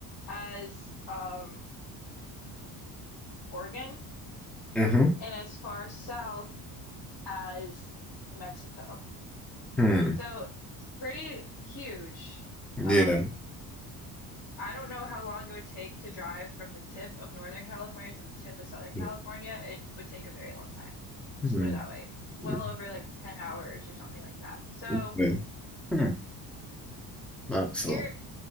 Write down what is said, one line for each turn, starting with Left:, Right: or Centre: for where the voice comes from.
Left: as um, Oregon
Centre: Mm-hmm.
Left: and as far south as Mexico.
Centre: Hmm.
Left: So it's pretty huge.
Centre: Yeah.
Left: Um, I don't know how long it would take to drive from the tip of Northern California to the tip of Southern
Centre: Yeah.
Left: California. It would take a very long time.
Centre: Hmm.
Left: Just put it that way. Well
Centre: Mm,
Left: over like 10 hours or something like that. So
Centre: Okay. Hmm. Excellent.
Left: here,